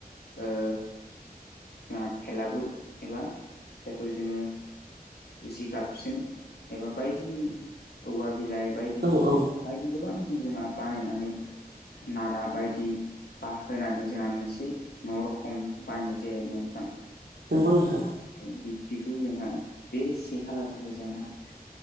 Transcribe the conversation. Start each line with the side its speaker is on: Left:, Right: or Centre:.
Left: ओ जोंहा भेलागुर एबा जायखौ जोङो जिगाबजों एबा बायदि औवा बिलाइ बायदि
Right: औ औ
Left: बायदि गोबां जों जोंहा बानायनानै नारा बायदि बा होनानै जोंहा मोनसे न'रखम बानाय नाय जायो आरो ना नोंथां।
Right: नोंगौ
Left: औ
Right: नोंथां।
Left: औ बिबदिखौ जोंहा बे से खालार खालि जोंहा